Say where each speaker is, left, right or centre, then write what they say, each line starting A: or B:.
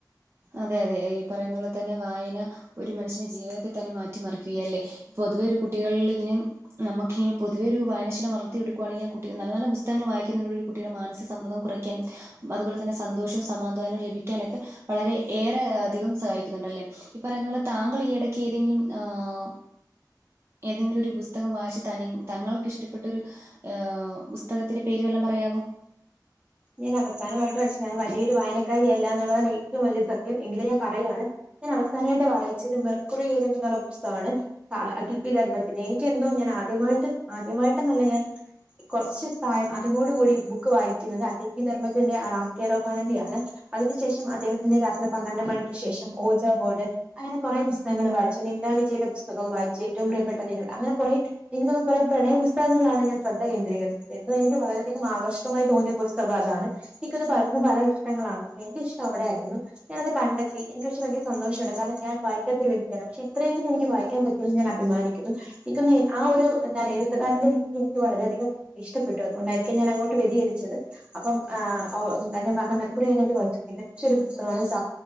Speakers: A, on the right; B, on the right.
A: അതെ അതെ ഈ പറയുന്നുള്ള തന്നെ വായന ഒരു മനുഷ്യന്റെ ജീവിതത്തെ തന്നെ മാറ്റിമറിക്കുകയ അല്ലേ? പൊതുവെ ഒരു കുട്ടികളിൽ ഇങ്ങനെ നമുക്കിങ്ങന പൊതുവെ ഒരു വായനശല വളർത്തി എടുക്കുയാണെങ്കിൽ ആ കുട്ട നല്ല പുസ്തകങ്ങ വായിക്കുന്നൊ ഒരു കുട്ടിയുടെ മാനസിക സമ്മർദ്ദം കുറയ്ക്കാനും അതുപോലെ തന്നെ സന്തോഷവും സമാധാനവും ലഭിക്കാനൊക്കെ വളരെ ഏറെ അധികം സഹായിക്കുന്നുണ്ടല്ലേ? ഈ പറയുന്നത് പോലെ താങ്കൾ ഈ ഇടയ്ക്ക് ഏതെങ്കിലും ആഹ് ഏതെങ്കിലും ഒരു പുസ്തകം വായിച്ച് തനി തങ്ങൾക്ക് ഇഷ്ടപ്പെട്ടൊരു ഏഹ് പുസ്തകത്തിന്റെ പേരു എല്ലാം പറയാവോ?
B: ഞാൻ അവസാനമായിട്ട് വൻ വലിയരു വായനക്കാരിയല്ല എന്നുള്ളതാണ് ഏറ്റവും വലിയ സത്യം എങ്കിലും പറയാണ് ഞാൻ അവസാനമായിട്ട് വായിച്ചത് മെർക്കുളി ചെയതന്റെ കലപുസ്തകമാണ്- അപ്പ ർമ്മം ചെയ്ത എനിക്ക് എന്തോ ഞാൻ ആദ്യമായിട്ട് ആദ്യമായിട്ട്ന്നല്ല ഞാൻ കുറച്ച സായം അതുകോടുകൂടി ബുക്ക് വായിക്കുന്നത് അഖൽ പിി ധർമ്മജന്റെ ആറാംകെറോഫാനന്ദിയാണ്- അതിനുശേഷം അദ്ദേഹത്തിന്റെ രാത്രി പന്ത്രണ്ട് മണിക്ക് ശേഷം ഹൊജ ബോർഡ് അങ്ങനെ കുറെ പുസ്തങ്ങങ്ങള് വായിച്ച് നിംന വിജയുടെ പുസ്തകം വായിച്ച് ഏറ്റവും പ്രിയപ്പെട്ടതിനുള്ള അങ്ങനെ കുറെേ എനിക്ക് ത കുറെ പ്രയ പുസ്തകങ്ങളാണ്ഞാ ശ്രദ്ധ കേന്ദ്രകരിത് എനിക്ക് വളരെയധികം ആകർഷകമായി തോന്നിയ പുസ്തക അതാണ് എനിക്കത് പലതും പല ഇഷ്ടങ്ങളാണ് എന്റെ ഇഷ്ടം അവിടെയയിരുന്നു. ഞാനത് കണ്ടെത്തി എനിക്ക് കുറച്ച്യങ്ക സന്തോഷണ്ട് കാരണം ഞാൻായിക്കാത്ത ഒരു വ്യക്തിാണ് പക്ഷെ ഇത്രയുംങ്കും എനിക്ക് വായിക്കൻറ്റും ഞാൻ അഭിമാനിക്കുന്നു എനിക്ക് ഒന്ന് ആ ഒരു തല എഴുത്തുകാരന്റെ രീതി എനിക്ക് വളരെയധികം ഇഷ്ടപ്പെട്ടു അതുകൊണ്ടയിരിക്ക ഞാൻ അങ്ങോട്ട് വ്യതിരിച്ചത്- അപ്പം ആഹ് എന്താൻ പറഞ്ഞ മരക്കുറിായിട്ട് വായിച്ചു മികച്ചൊ ഒരു പുസ്തകമാണ് സ